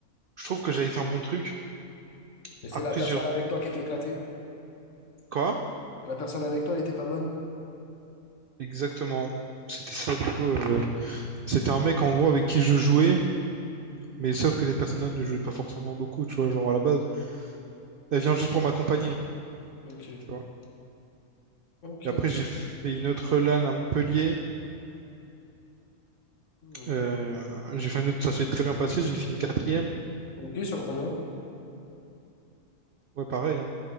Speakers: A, on the right (about 70°); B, on the left (about 60°).
A: je trouve que j'avais fait un bon truc.
B: Et c'est
A: Après,
B: la personne
A: j'ai...
B: avec toi qui était éclatée?
A: Quoi?
B: La personne avec toi, elle était pas bonne?
A: Exactement. C'était ça, du coup. euh, C'était un mec, en gros, avec qui je jouais, mais sauf que cette personne-là ne jouait pas forcément beaucoup, tu vois, genre à la base. Elle vient juste pour m'accompagner,
B: Ok,
A: tu vois.
B: ok,
A: Et après, j'ai fait une autre LAN à Montpellier.
B: ok.
A: Euh, j'ai fait un autre, ça s'est très bien passé, j'ai fini quatrième.
B: Ok, sur combien?
A: Ouais, pareil, hein,